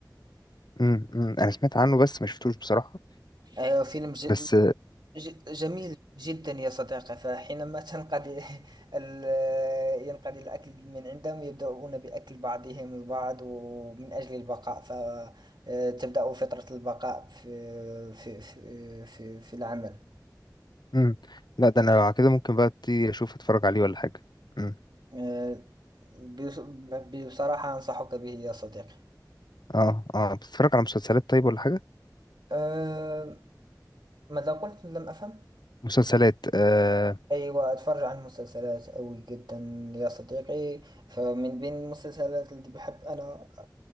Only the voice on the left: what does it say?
امم انا سمعت عنه بس ما شفتوش بصراحه
بس
امم لا ده انا لو على كده ممكن بقى ابتدي اشوف اتفرج عليه ولا حاجه امم
اه اه بتتفرج على مسلسلات طيب ولا حاجه
مسلسلات اه